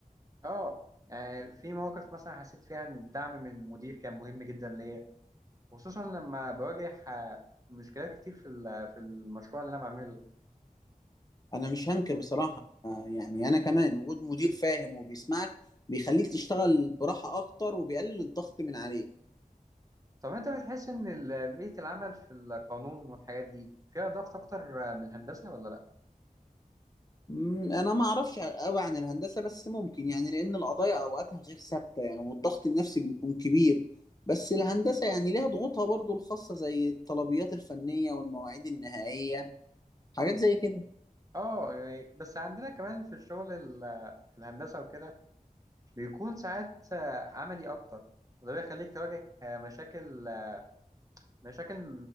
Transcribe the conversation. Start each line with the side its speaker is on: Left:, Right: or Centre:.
Right: اه آه، في مواقف مثلا حسيت فيها ان الدعم من المدير كان مهم جدا ليا خصوصا لما بواجه آه، مشكلات كتير في ال- في المشروع اللي انا بعمله
Left: انا مش هنكر بصراحة آه، يعني انا كمان وجود مدير فاهم وبيسمعك بيخليك تشتغل براحة اكتر وبيقلل الضغط من عليك
Right: طب انت بتحس ان ال- بيئة العمل في القانون والحاجات دي فيها ضغط اكتر آه، من الهندسة ولا لا
Left: مم، انا ما اعرفش قوي عن الهندسه بس ممكن يعني لان القضايا اوقاتها غير ثابته يعني والضغط النفسي بيكون كبير بس الهندسه يعني ليها ضغوطها برضو الخاصه زي الطلبيات الفنيه والمواعيد النهائيه حاجات زي كده
Right: اه يعني بس عندنا كمان في الشغل ال- في الهندسة وكده بيكون ساعات آه، عملي أكتر وده بيخليك تواجه آه، مشاكل آه، مشاكل